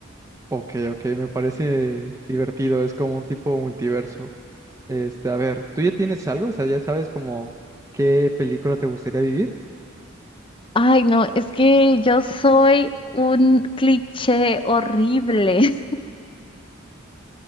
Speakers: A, on the right; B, on the left.
A: Ok, ok, me parece divertido, es como un tipo multiverso. Este, a ver, ¿tú ya tienes algo? O sea, ya sabes como qué película te gustaría vivir.
B: Ay, no, es que yo soy un cliché horrible. <laughs>